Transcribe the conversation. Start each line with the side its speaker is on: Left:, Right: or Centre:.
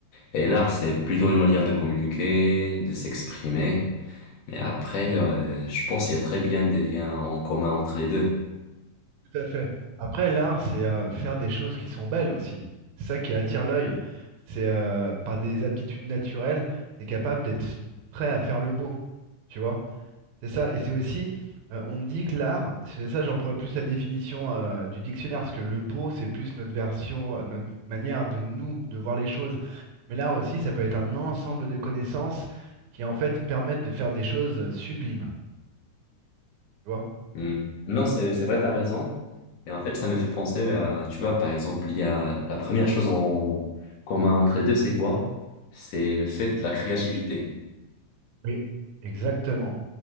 Left: Et l'art, c'est plutôt une manière de communiquer, de s'exprimer. Mais après, euh, je pense qu'il y a très bien des liens en commun entre les deux.
Right: Tout à fait. Après, l'art, c'est euh, faire des choses qui sont belles aussi. C'est ça qui attire l'œil. C'est euh, par des aptitudes naturelles, c'est capable d'être prêt à faire le beau, tu vois? C'est ça, et c'est aussi, euh, on dit que l'art, c'est ça, j'emploie plus la définition euh, du dictionnaire, parce que le beau, c'est plus notre version, euh, notre manière de nous, de voir les choses. Mais l'art aussi, ça peut être un ensemble de connaissances qui en fait permettent de faire des choses euh, sublimes, tu vois?
Left: Hmm. Non, c'est c'est vrai, t'as raison. Et en fait, ça m'a fait penser à, tu vois, par exemple, il y a la première chose en commun entre les deux, c'est quoi? C'est le fait de la créativité.
Right: Oui, Exactement.